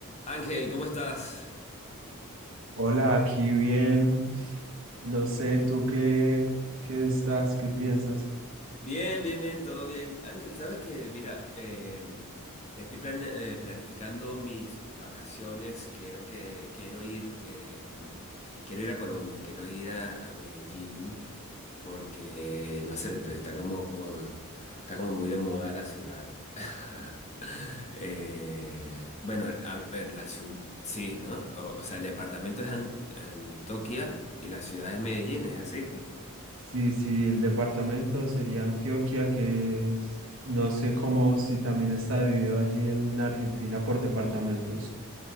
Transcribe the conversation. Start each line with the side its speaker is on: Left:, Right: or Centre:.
Left: Ángel, ¿cómo estás?
Right: Hola, aquí bien. No sé, ¿tú qué, qué estás? ¿Qué piensas?
Left: Bien, bien, bien, todo bien. Ángel, sabes que, mira, eh, estoy plan- eh, planificando mis vacaciones. Quiero que quiero ir, eh, em, quiero ir a Colombia, quiero ir a, a Medellín, porque no sé, te- está como está como muy de moda la ciudad. <laughs> Eh, bueno, a ver, la ciudad, sí, ¿no? O, o sea, el departamento es Ant- Antioquia y la ciudad es Medellín, ¿es así?
Right: Sí, sí, el departamento sería Antioquia, que es- no sé cómo, si también está dividido allí en Argentina por departamentos.